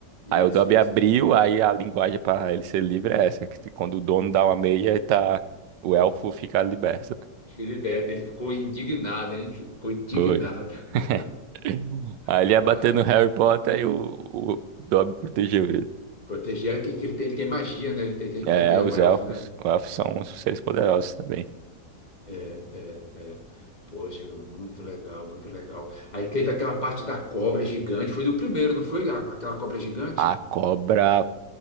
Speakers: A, on the left; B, on the right.
A: Isso,
B: Aí o Dobby
A: isso.
B: abriu, aí a linguagem para ele ser livre é essa, que quando o dono dá uma meia, ele tá, o elfo fica liberto.
A: Filiberto, ele ficou indignado, hein? Ficou indignado.
B: Foi.
A: <laughs>
B: <laughs> Aí ele
A: Ah,
B: ia bater no Harry Potter e o, o Dobby protegeu ele.
A: proteger que, que ele tem, ele tem magia, né? Ele tem, tem
B: É,
A: poder, é
B: os
A: um elfo,
B: elfos,
A: né?
B: os elfos são os seres poderosos também.
A: É, é, é. Poxa, muito legal, muito legal. Aí teve aquela parte da cobra gigante, foi do primeiro, não foi? A- Aquela cobra gigante?
B: A cobra,